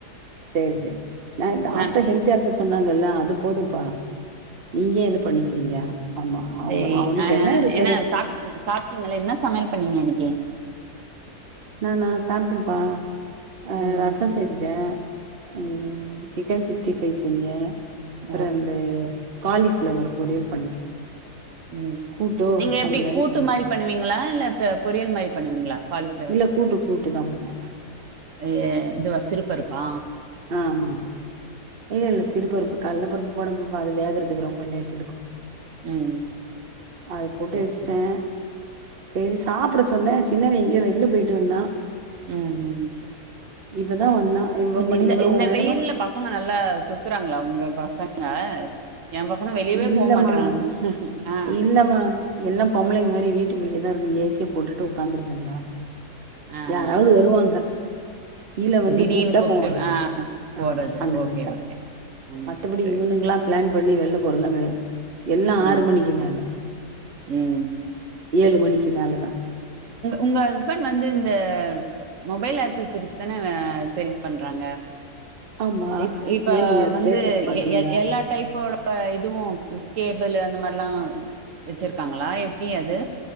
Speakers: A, on the right; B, on the right.
A: சேரி சேரி என்ன டாக்டர்
B: நான்
A: ஹெல்த்தியா இருக்க சொன் சொன்னாங்கல்ல அது போதுப்பா நீங்கே ஏ இது பண்ணிக்கிறீங்க ஆமா அவங்க
B: செரி
A: அவனுக்கு
B: அ
A: இருக்கு
B: என்ன சா சாப்பிட்டீங்கள என்ன சமையல் பண்ணீங்க இன்னிக்கி கே
A: நானா சாப்ட்டப்பா அ
B: ம்
A: ரச செஞ்சே ம் சிக் சிக்கன் சிக்ஸ்டி ஃபைவ் செஞ்சே அப்றோ
B: ஓ
A: அ இந்த காலிஃபிளவர் பொரியல் பண்ணே
B: ம்
A: கூட்டோ
B: நீங்க எப்டி
A: அந்த
B: கூட்டு
A: பண்ணே
B: மாரி பண்ணுவீங்களா இல்ல பொரியல் மாரி பண்ணுவீங்களா காலிஃப்ளவர்
A: இல்ல கூட்டு கூட்டு தா பண்ணே
B: ஏ இது சிறு பருப்பா
A: ஆமா ஆமா இல்லல்ல சிறுபருப்பு கல்வ பருப்பு போட அது வேகறதுக்கு ரொம்ப லேட் எடுக்கு
B: ம்
A: அது போட்டு
B: சேரி
A: வெச்ட்டே
B: சேரி
A: செரி சாப்பிட சொன்னே சின்னவ எங்கயோ வெள்ள போயிட்டு வந்தா
B: ம் ம்
A: இப்பதா வந்தா இவ்ளோ மணி
B: இந்த
A: இவ்ளோ
B: இந்த
A: நேரமா
B: வெயில்ல பசங்க நல்லா சுத்துறாங்களா உங்க பசங்க என் பசங்க வெளியவே
A: இல்லமா
B: போ மாட்றாங்க ஆ
A: இல்லமா எல்லா பொம்பளைங்க மாரி வீட்டுக்குள்ளயேதா இருக்கு ஏ சி போட்டுட்டு உட்காந்துருதுங்க
B: ஆ
A: யாராவது
B: ஆ
A: வருவாங்க கீழ வந்து
B: திடீர்னு
A: கூப்ட்டா
B: கூப்ட்டு
A: போவாங்க
B: ஆ
A: அ
B: போறது
A: அந்த
B: ஓகே
A: மாரி தா
B: ஓகே ம்
A: மத்தபடி
B: சேரி
A: இவனுகளால்லா பிளான் பண்ணி வெளில போறதுலா கெடயாது எல்லா ஆறு
B: ம்
A: மணிக்கு மேல
B: ம்
A: ஏழு மணிக்கு மேல தா
B: உங்க ஹஸ்பண்ட் வந்து இந்த மொபைல் ஆக்சஸரீஸ் தானே சேல் பண்றாங்க
A: ஆமா
B: இப் இப்ப
A: ஏ நீங்க
B: வந்து
A: ஸ்டேட்டஸ் பாத்தீங்களா
B: எ எல்லா டைப்போட இப்ப இதுவு கேபிளு அந்த மாரிலா வெச்சிருக்காங்களா எப்டி அது